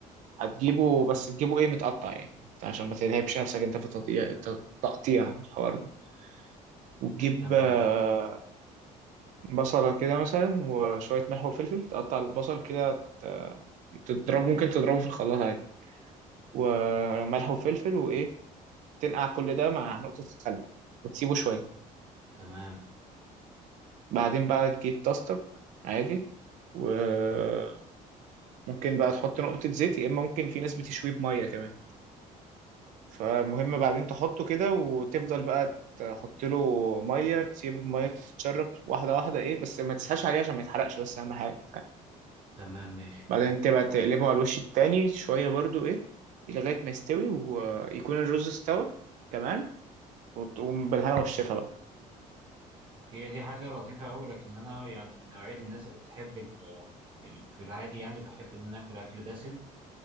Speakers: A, on the right (about 60°); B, on the right (about 35°).
A: هتجيبه بس تجيبه ايه متقطع يعني عشان ما تتعبش نفسك انت في التقطيع التقطيع الحوار ده وتجيب
B: تمام
A: آه، بصلة كده مثلا وشوية ملح وفلفل تقطع البصل كده تضربه ممكن تضربه في الخلاط عادي وملح وفلفل وإيه تنقع كل ده مع نقطة خل وتسيبه شوية
B: تمام
A: بعدين بقى تجيب طاستك عادي وممكن بقى تحط نقطة زيت يا إما ممكن في ناس بتشويه بمية كمان فالمهم بعدين تحطه كده وتفضل بقى تحط له مية تسيب المية تتشرب واحدة واحدة إيه بس ما تسهاش عليه عشان ما يتحرقش بس أهم حاجة
B: تمام ماشي
A: بعدين تبقى تقلبه على الوش التاني شوية برضو ايه لغاية ما يستوي ويكون الرز استوى كمان وتقوم بالهنا والشفا بقى
B: اوكي هي دي حاجة لطيفة أوي لكن أنا يعني من نوعية الناس اللي بتحب ال ال في العادي يعني بحب إن أنا آكل أكل دسم